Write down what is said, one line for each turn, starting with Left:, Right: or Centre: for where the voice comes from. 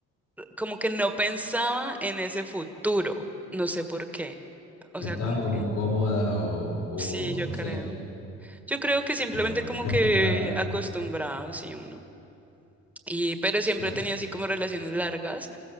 Centre: como que no pensaba en ese futuro. No sé por qué. O
Left: Estabas
Centre: sea, como
Left: como
Centre: que
Left: cómoda o,
Centre: sí, yo
Left: o, no
Centre: creo.
Left: sé,
Centre: Yo creo que simplemente
Left: como
Centre: como
Left: acostumbrada,
Centre: que acostumbrado, sí, uno. Y, pero siempre
Left: claro.
Centre: he tenido así como relaciones largas